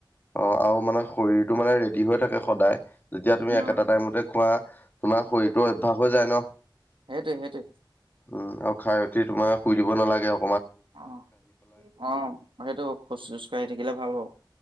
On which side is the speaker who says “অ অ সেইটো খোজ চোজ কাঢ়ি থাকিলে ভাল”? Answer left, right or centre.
Right